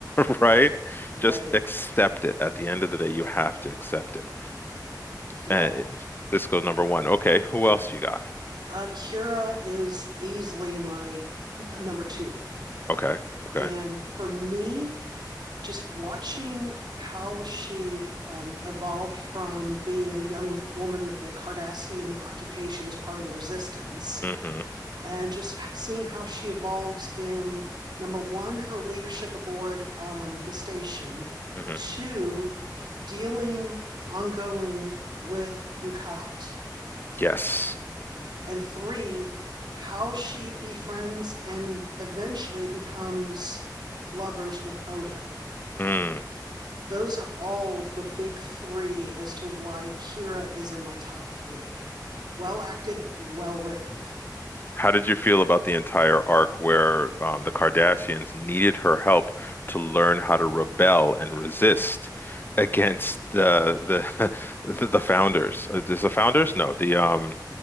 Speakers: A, on the left; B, on the right.
A: <laughs> right?
B: Right.
A: Just accept it. At the end of the day, you have to accept it.
B: Yeah.
A: And it- this goes number one. Okay, who else you got?
B: Uh, Kira is easily my n- number two.
A: Okay, okay.
B: And for me, just watching how she um, evolved from being a young woman with the Cardassian occupation as part of the resistance
A: hmm
B: and just seeing how she evolves in number one, her leadership aboard um, the station,
A: hmm
B: two, dealing ongoing with Ducat,
A: Yes.
B: and three, how she befriends and eventually becomes lovers with Odo
A: Mm.
B: those are all the big three as to why Kira is in my top three. Well acted, well written.
A: How did you feel about the entire arc where um, the Kardashians needed her help to learn how to rebel and resist against the the <laughs> the, the founders? Uh, Is the founders? No, the um